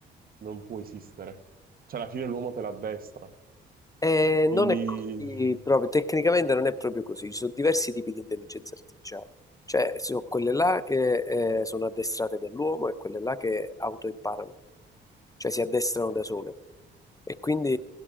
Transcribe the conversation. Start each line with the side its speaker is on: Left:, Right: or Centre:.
Right: non può esistere. Cioè, alla fine l'uomo te l'addestra.
Left: eh,
Right: Quindi,
Left: non è così proprio, tecnicamente non è proprio così, ci sono diversi tipi di intelligenza artificiale. Cioè, ci sono quelle là che eh, sono addestrate dall'uomo e quelle là che autoimparano, cioè si addestrano da sole. E quindi